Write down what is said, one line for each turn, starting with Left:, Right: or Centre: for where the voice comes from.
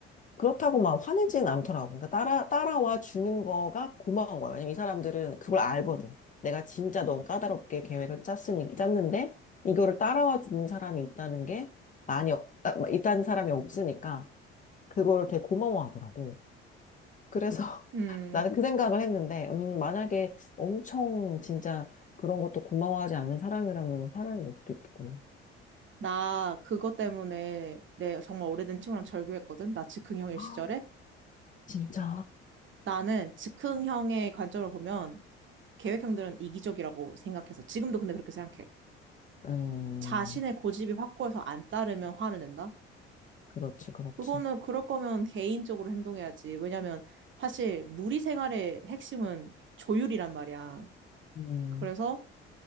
Left: 그렇다고 막 화내진 않더라고. 그러니까 따라, 따라와 주는 거가 고마운 거야. 왜냐면 이 사람들은 그걸 알거든. 내가 진짜 너무 까다롭게 계획을 짰으니, 짰는데, 이거를 따라와 주는 사람이 있다는 게 많이, 없- 아, 있다는 사람이 없으니까, 그거를 되게 고마워하더라고. 그래서
Right: 음.
Left: <laughs> 나는 그 생각을 했는데, 음, 만약에 엄청 진짜 그런 것도 고마워하지 않는 사람이라면 화를 낼 수도 있겠구나.
Right: 나 그것 때문에 내 정말 오래된 친구랑 절교했거든. 나 즉흥형일
Left: 아,
Right: 시절에.
Left: 진짜.
Right: 나는 즉흥형의 관점으로 보면 계획형들은 이기적이라고 생각해서 지금도 근데 그렇게 생각해.
Left: 음,
Right: 자신의 고집이 확고해서 안 따르면 화를 낸다.
Left: 그렇지, 그렇지.
Right: 그거는 그럴 거면 개인적으로 행동해야지. 왜냐면 사실 무리 생활의 핵심은 조율이란 말이야.
Left: 음.
Right: 그래서